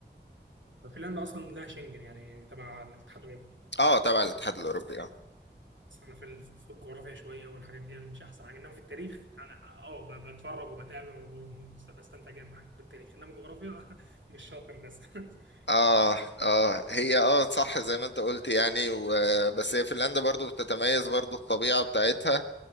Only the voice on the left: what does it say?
اه تبع الاتحاد الاوروبي آه.
اه اه هي اه صح زي ما انت قلت يعني و... بس هي فنلندا برضو بتتميز برضو الطبيعة بتاعتها